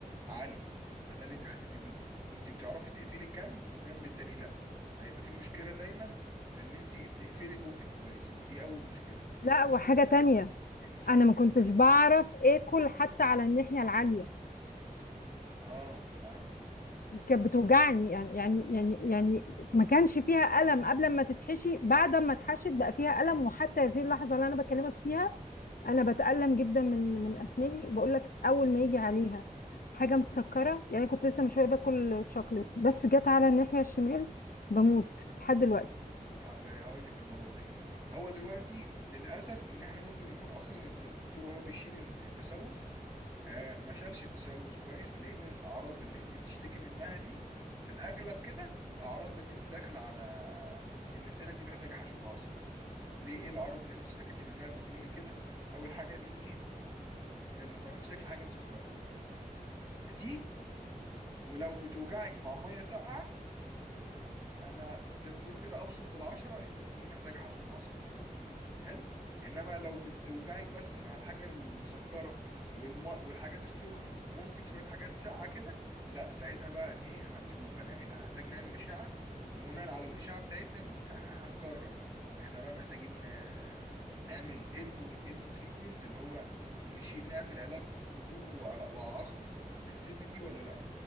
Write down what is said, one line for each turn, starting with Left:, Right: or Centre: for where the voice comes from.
Right: عاليه فده اللي انت حسيتي بيه كنت بتعرفي تقفلي الجنب والجنب التاني لا فهيبقى في مشكله دايما في ان انت تقفلي بقك كويس دي اول مشكله
Left: لا وحاجه تانية
Right: ايه المشكله
Left: انا ما كنتش بعرف اكل حتى على الناحيه العاليه
Right: اه فهمت
Left: كانت بتوجعني يعني يعني يعني يعني ما كانش فيها ألم قبل ما تتحشي بعد ما اتحشت بقى فيها ألم وحتى هذه اللحظة اللي أنا بكلمك فيها أنا بتألم جدا من من أسناني بقول لك أول ما يجي عليها حاجة مسكرة يعني كنت لسه من شوية باكل شوكليت بس جت على الناحية الشمال بموت لحد دلوقتي
Right: هقول لك الموضوع ده ايه هو دلوقتي للاسف ان احنا ممكن يكون اصلا الت- الدكتور وهو بيشيل ال- التسوس آه ما شالش التسوس كويس لان الاعراض اللي انت بتشتكي منها دي في الاغلب كده اعراض ان انت داخله على ان السنه دي محتاجه حشو عصب ليه ايه الاعراض اللي انت اشتكيتي منها بتقول لي كده اول حاجه ان انت ما بتعرفيش تاكلي حاجه مسكره دي ولو بتوجعك مع ميه ساقعه انا زي ما بيقولوا كده ابصم بالعشره ان انت محتاجه حشوه عصب حلو انما لو بتوجعك بس مع الحاجه المسكره والماء والحاجات السخنه وممكن شويه حاجات ساقعه كده لا ساعتها بقى إن ايه هنشوف هنعمل هنحتاج نعمل اشاعه وبناء على الاشاعه بتاعتنا دي هن- هنقرر احنا بقى محتاجين آه، نعمل اندو اندو تريتمنت اللي هو نشي نعمل علاج جذور وعل- وعصب للسنه دي ولا لا